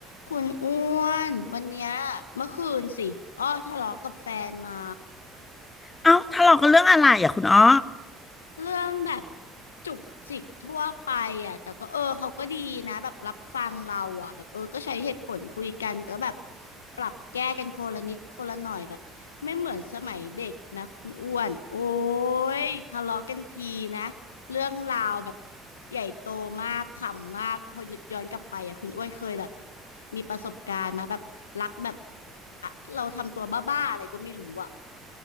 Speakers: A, on the left; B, on the left.
A: คุณอ้วนวันเนี้ยเมื่อคืนสิอ้อทะเลาะกับแฟนมา
B: เอ้าทะเลาะกันเรื่องอะไรอ่ะคุณอ้อ
A: เรื่องแบบจุกจิกทั่วไปอ่ะแต่ก็เออเขาก็ดีนะแบบรับฟังเราอ่ะแบบเออก็ใช้เหตุผลคุยกันก็แบบปรับแก้กันคนละนิดคนละหน่อยแบบไม่เหมือนสมัยเด็กนะคุณอ้วนโอ้ยทะเลาะกันทีนะเรื่องราวแบบใหญ่โตมากขำมากพอนึกย้อนกลับไปอ่ะคุณอ้วนเคยแบบมีประสบการณ์มาแบบรักแบบอะเราทำตัวบ้าๆอะไรก็ไม่รู้อ่ะ